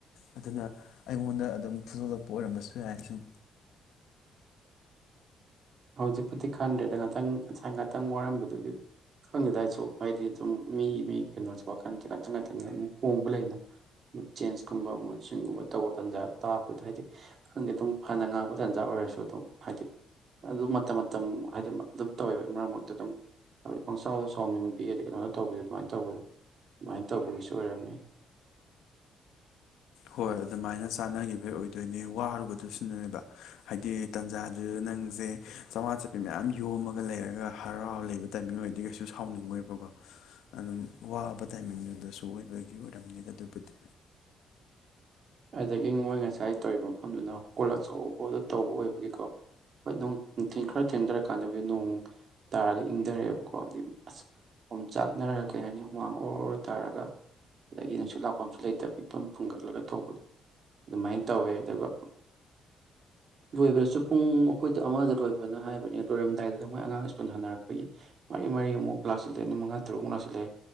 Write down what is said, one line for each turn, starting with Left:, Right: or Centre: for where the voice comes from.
Left: ꯑꯗꯨꯅ ꯑꯩꯉꯣꯟꯗ ꯑꯗꯨꯝ ꯐꯨꯗꯣꯛꯂꯛ ꯑꯣꯏꯔꯝꯕꯁꯨ ꯌꯥꯏ ꯁꯨꯝ
Right: ꯍꯧꯖꯤꯛꯄꯨꯗꯤ ꯈꯟꯗ꯭ꯔꯦꯗ ꯉꯥꯛꯇꯪ ꯉꯁꯥꯏ ꯉꯥꯛꯇꯪ ꯋꯥꯔꯝꯕꯗꯨꯒꯤ ꯈꯪꯗꯦꯗ ꯑꯩꯁꯨ ꯍꯥꯏꯗꯤ ꯑꯗꯨꯝ ꯃꯤ ꯃꯤ ꯀꯩꯅꯣꯁꯦ ꯋꯥꯈꯜꯁꯦ ꯉꯥꯛꯇꯪ ꯉꯥꯛꯇꯪ ꯑꯗꯨꯝ ꯍꯣꯡꯕ ꯂꯩꯅ ꯃꯨꯠ ꯆꯦꯟꯁꯀꯨꯝꯕ ꯃꯨꯠꯁ꯭ꯋꯤꯡꯒꯨꯝꯕ ꯇꯧꯕ ꯇꯥꯟꯖꯥ ꯇꯥꯕꯗꯨꯗ ꯍꯥꯏꯗꯤ ꯈꯪꯗꯦ ꯑꯗꯨꯝ ꯐꯅ ꯉꯥꯡꯕ ꯇꯥꯟꯖꯥ ꯑꯣꯏꯔꯁꯨ ꯑꯗꯨꯝ ꯍꯥꯏꯗꯤ ꯑꯗꯨ ꯃꯇꯝ ꯃꯇꯝ ꯍꯥꯏꯗꯤ ꯑꯗꯨꯝ ꯇꯧꯋꯦꯕ ꯃꯔꯛ ꯃꯔꯛꯇ ꯑꯗꯨꯝ ꯍꯥꯏꯕꯗꯤ ꯄꯪꯁꯥꯎꯗ ꯁꯥꯎꯅꯤꯡꯕꯤ ꯑꯗ ꯀꯩꯅꯣꯗ ꯇꯧꯕꯤ ꯑꯗꯨꯃꯥꯏꯅ ꯇꯧꯕꯗꯣ ꯑꯗꯨꯃꯥꯏꯅ ꯇꯧꯕꯒꯤꯁꯨ ꯑꯣꯏꯔꯝꯅꯤ
Left: ꯍꯣꯏ ꯑꯗꯨꯃꯥꯏꯅ ꯆꯥꯅꯒꯤꯕꯩ ꯑꯣꯏꯗꯣꯏꯅꯦ ꯋꯥꯔꯨꯕꯗꯨꯁꯨꯅꯅꯦꯕ ꯍꯥꯏꯗꯤ ꯇꯥꯟꯖꯥꯗꯨꯗ ꯅꯪꯁꯦ ꯆꯝꯃꯉꯥ ꯆꯄꯤ ꯃꯌꯥꯝ ꯌꯣꯝꯃꯒ ꯂꯩꯔꯒ ꯍꯔꯥꯎ ꯂꯩꯕ ꯇꯥꯏꯃꯤꯡ ꯑꯣꯏꯗꯤ ꯀꯩꯁꯨ ꯁꯥꯎꯅꯤꯡꯉꯣꯏꯕꯀꯣ ꯑꯗꯨꯝ ꯋꯥꯕ ꯇꯥꯏꯃꯤꯡꯗꯨꯗꯁꯨ ꯑꯣꯏꯕꯒꯤ ꯑꯣꯏꯔꯝꯅꯤꯗ ꯑꯗꯨꯕꯨꯗꯤ
Right: ꯑꯗꯒꯤ ꯃꯣꯏ ꯉꯁꯥꯏ ꯇꯧꯔꯤꯕ ꯃꯐꯝꯗꯨꯅ ꯍꯣꯜ ꯑꯆꯧꯕꯗ ꯇꯧꯕ ꯑꯣꯏꯕꯒꯤꯀꯣ ꯍꯣꯏ ꯅꯨꯡꯊꯤꯟ ꯈꯔ ꯊꯦꯡꯊꯔꯀꯥꯟꯗꯕꯨꯗꯤ ꯅꯣꯡ ꯇꯥꯔꯒ ꯏꯪꯊꯔꯦꯕꯀꯣ ꯑꯗꯩ ꯑꯁ ꯑꯣꯝ ꯆꯥꯛꯅꯔꯒ ꯀꯩ ꯍꯥꯏꯅꯤ ꯍꯨꯃꯥꯡ ꯑꯣꯔ ꯑꯣꯔ ꯇꯥꯔꯒ ꯑꯗꯒꯤ ꯅꯨꯡꯁꯤꯠ ꯂꯥꯛꯐꯝꯁꯨ ꯂꯩꯇꯕ ꯏꯐꯨꯟ ꯐꯨꯡꯒꯠꯂꯒ ꯇꯧꯕꯗꯣ ꯑꯗꯨꯃꯥꯏꯅ ꯇꯧꯋꯦ ꯑꯗꯨꯒ ꯂꯣꯏꯕꯗꯁꯨ ꯄꯨꯡ ꯑꯩꯈꯣꯏꯗ ꯑꯃꯗ ꯂꯣꯏꯕꯅ ꯍꯥꯏꯕꯅꯤ ꯂꯣꯏꯔꯝꯗꯥꯏꯗꯨꯗ ꯃꯣꯏ ꯑꯉꯥꯡ ꯁ꯭ꯀꯨꯜ ꯍꯥꯟꯅꯔꯛꯄꯒꯤ ꯃꯔꯤ ꯃꯔꯤ ꯑꯃꯨꯛ ꯂꯥꯛꯁꯤꯜꯂꯛꯑꯦ ꯑꯗꯨꯃꯤ ꯃꯉꯥ ꯇꯔꯨꯛꯃꯨꯛ ꯂꯥꯛꯆꯜꯂꯛꯑꯦ